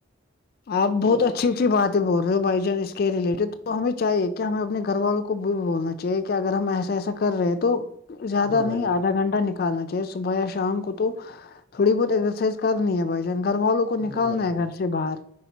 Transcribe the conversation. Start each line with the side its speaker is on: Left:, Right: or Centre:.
Left: آپ بہت
Right: تو
Left: اچھی اچھی باتے بول رہے ہو بھائی جان اس کے رلیٹڈ تو ہمیں چاہیے کہ ہمیں اپنے گھر والوں کو بھی بولنا چاہیے کہ اگر ہم ایسا ایسا کر رہے ہیں تو زیادہ
Right: ہاں
Left: نہیں
Right: بھائی جان
Left: آدھا گھنٹہ نکالنا چاہیے صبح یا شام کو تو تھوڑی بہت ایکسرسائز کرنی ہے بھائی جان گھر والوں کو نکالنا
Right: ہاں بھائی جان
Left: ہے گھر سے باہر